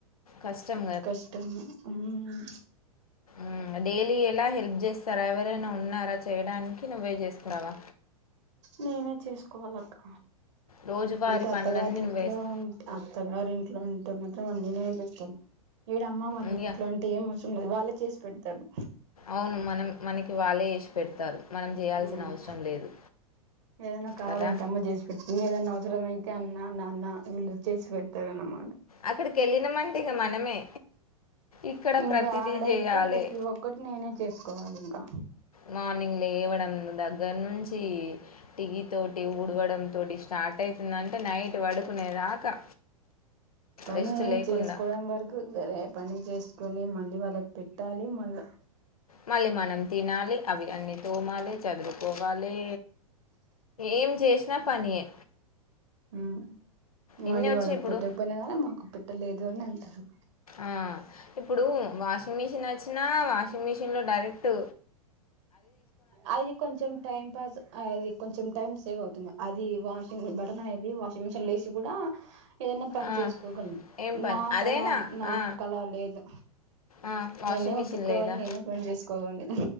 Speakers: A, on the left; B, on the right.
A: కష్టం
B: కష్టము మ్
A: మ్ డెలీ ఎలా హెల్ చేస్తారా ఎవరైనా ఉన్నారా చేయడానికి నువ్వే చేసుకున్నావా
B: నేనే చేసుకోవాల అక్క
A: రోజువారి
B: అంటే
A: పనులన్నీ
B: అత్తగారి ఇంట్లో
A: నువ్వే స్
B: ఉ అత్తగారి ఇట్ ఉంటే మాత్రం అన్నీ నేపిస్తాను వీడు అమ్మ వాళ్ళ
A: ఇగ
B: ఎట్ంటే ఏం వ వాళ్ళే చేసి పెడతారు
A: అవును. మనం మనకి వాళ్ళే జేసి పెడతారు. మనం జేయాల్సిన
B: ఉమ్
A: అవసరం లేదు
B: ఏదైనా కావాలంటే
A: కదా!
B: అమ్మ చేసి పెట్ ఏదనా అవసరమై అన్న నాన్న ఇళ్ళ చేసి పెడతారా నమ
A: అక్కడికి వెళ్ళినమంటే ఇగ మనమే ఇక్కడ
B: ఇంకా
A: ప్రతిదీ
B: ఆడైతే
A: జేయాలే.
B: ప్రతి ఒక్కటి నేనే చేసుకోవాలి ఇంకా
A: మానింగ్ లేవడం దగ్గర నుంచి టికీ తోటి ఊడవడం తోటి స్టార్ట్ అవుతుందంటే నైట్ పడుకునేదాకా
B: పని
A: రెస్ట్ లేకుండా.
B: చేసుకోవడం వరకు సరే పని చేసుకుొని మళ్ళీ వాళ్ళకి పెట్టాలి మళ్ళా
A: మళ్ళీ మనం తినాలి అవి అన్నీ తోమాలి చదువుకోవాలి ఏం చేసినా పనియే
B: ఊ మళ్ళీ
A: ఎన్ని వచ్చినాయి
B: వాళ్ళకు
A: ఇప్పుడు
B: పెట్టకపోయినా గానీ మాకు పె ట్టలేదు అని అంటారు
A: ఆ ఇప్పుడు వాషింగ్ మిషిన్ అచ్చినా వాషింగ్ మిషన్ లో డైరెక్టు
B: అది కొంచెం టైం పాస్ ఆ అది కొంచం టైం సేవ్ అవుతుంది అది వాషింగ్ బటన్ అనేది వాషింగ్ మిషన్ లేసి గూడా ఏదనా పని
A: ఆ
B: చేసుకోగలం
A: ఏం పని
B: నా
A: అదేనా
B: కలా నా
A: ఆ
B: కలా లేదు
A: ఆ వాషింగ్
B: నేనే
A: మిషిన్
B: ఉతుక్కోవాలి
A: లేదా
B: నేనే పని చేసుకోవాలి